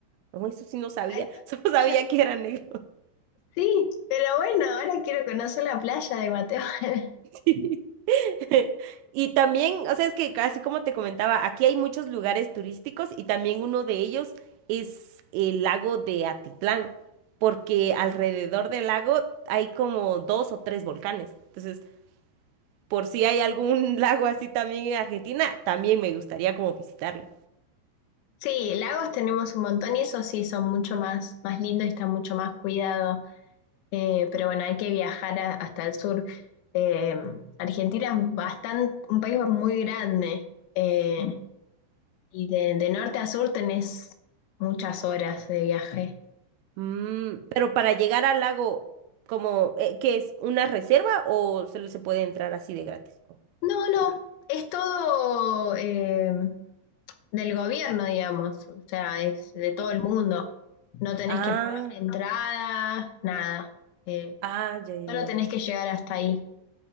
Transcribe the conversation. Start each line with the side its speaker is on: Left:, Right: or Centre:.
Right: no, eso sí no sabía,
Left: Ay,
Right: <laughs> solo sabía
Left: yo-
Right: que era negro. <laughs>
Left: sí, pero bueno, ahora quiero conocer la playa de Guatemala. <laughs>
Right: Sí. <laughs> Y también, o sea, es que así como te comentaba, aquí hay muchos lugares turísticos y también uno de ellos es el lago de Atitlán, porque alrededor del lago hay como dos o tres volcanes. Entonces, por si hay algún <laughs> lago así también en Argentina, también me gustaría como visitarlo.
Left: Sí, lagos tenemos un montón y esos sí son mucho más, más lindos y están mucho más cuidados. Eh, pero bueno, hay que viajar a- hasta el sur. Eh, Argentina es bastante, un país muy grande eh, y de, de norte a sur tenés muchas horas de viaje.
Right: Mm, pero para llegar al lago, como que es una reserva o solo se puede entrar así de gratis? Oh,
Left: No, no,
Right: hay que-
Left: es todo eh, del gobierno, digamos, o sea, es de todo el mundo. No tenés
Right: Ah,
Left: que pagar entrada, nada. Eh,
Right: ah, ya, ya,
Left: solo
Right: ya.
Left: tenés que llegar hasta ahí.